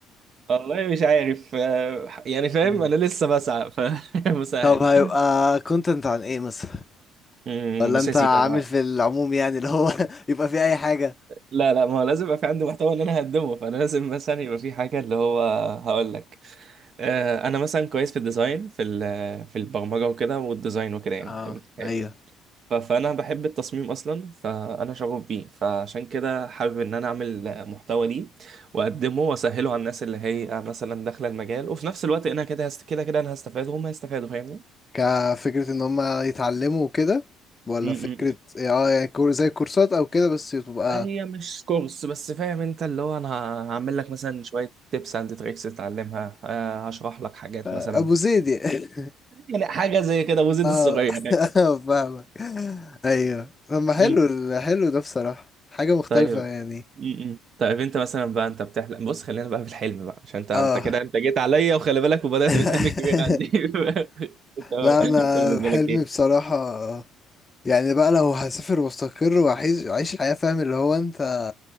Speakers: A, on the right; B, on the left.
A: والله مش عارف آه، يعني فاهم
B: مم.
A: أنا لسه بسعى فمسهل
B: طب هيبقى
A: <laughs>
B: كونتنت عن إيه مثلا؟
A: أمم،
B: ولا
A: بص
B: أنت
A: يا سيدي
B: عامل
A: أنا
B: في العموم يعني اللي هو <laughs> يبقى في أي حاجة؟
A: لا لا ما هو لازم يبقى في عندي محتوى إن أنا هقدمه فأنا لازم مثلا يبقى في حاجة اللي هو هقول لك آه، أنا مثلا كويس في الديزاين في ال- في البرمجة وكده والديزاين وكده يعني
B: اه
A: فاهم-
B: ايوه
A: ف- فانا بحب التصميم اصلا فانا شغوف بيه فعشان كده حابب ان انا اعمل محتوى ليه واقدمه واسهله على الناس اللي هي مثلا داخله المجال وفي نفس الوقت انا كده هست... كده كده انا هستفاد وهم هيستفادوا فاهمني
B: كفكرة ان هم يتعلموا وكده ولا
A: م- م-
B: فكرة
A: م.
B: إيه، اه يعني كور- زي كورسات او كده بس تبقى
A: هي مش كورس بس فاهم انت اللي هو انا ه- هعمل لك مثلا شويه تيبس اند تريكس تتعلمها آه، هشرح لك حاجات
B: آه،
A: مثلا
B: ابو زيد يعني <laughs>
A: يعني حاجه زي كده وزيد
B: اه
A: الصغير
B: <laughs> فاهمك ايوه طب ما حلو
A: <laughs>
B: ال- حلو ده بصراحة حاجة مختلفة
A: طيب
B: يعني
A: م- م. طيب انت مثلا بقى انت بتحلم بص خلينا بقى في الحلم بقى عشان انت انت
B: اه
A: كده انت جيت عليا وخلي بالك وبدأت
B: <laughs>
A: بالحلم الكبير عندي <laughs> انت
B: لا انا
A: انت بالنسبه
B: حلمي
A: لك ايه؟
B: بصراحة يعني بقى لو هسافر واستقر واعيش أعيش الحياة فاهم اللي هو انت